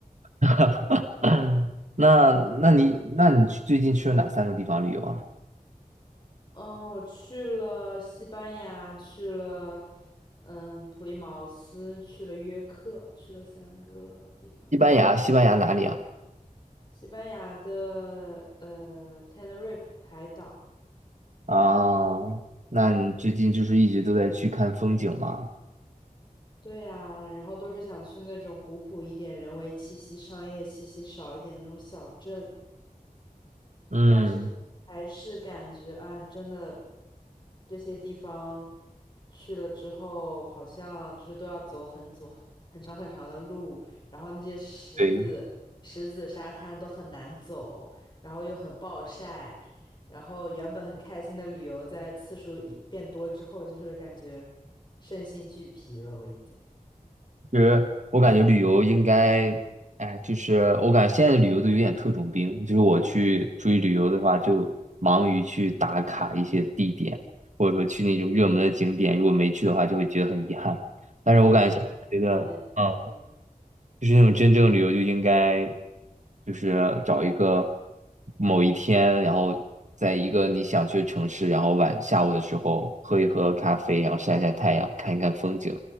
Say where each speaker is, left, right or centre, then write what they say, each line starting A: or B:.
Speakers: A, on the right; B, on the left.
A: <laughs> 那那你那你去最近去了哪三个地方旅游啊？
B: 嗯，我去了西班牙，去了嗯普利茅斯，去了约克，去了三个地方。
A: 西班牙，西班牙哪里啊？
B: 西班牙的呃 Tenerife 海岛，
A: 啊，那你最近就是一直都在去看风景吗？
B: 对呀，然后都是想去那种古朴一点、人文气息、商业气息少一点的那种小镇。
A: 嗯，
B: 但是还是感觉，哎呀，真的，这些地方去了之后，好像就是都要走很走很长很长的路，然后那些石子、
A: 对，
B: 石子沙滩都很难走，然后又很暴晒，然后原本很开心的旅游，在次数一变多之后，就是感觉身心俱疲了，我已经。
A: 其实我感觉旅游应该，哎，就是我感觉现在的旅游都有点特种兵，就是我去出去旅游的话，就忙于去打卡一些地点，或者说去那种热门的景点，如果没去的话，就会觉得很遗憾。但是我感觉现在觉得，
B: 哎，我真的讨厌这种病。
A: 嗯。就是那种真正旅游就应该就是找一个某一天，然后在一个你想去的城市，然后晚下午的时候喝一喝咖啡，然后晒晒太阳，看一看风景，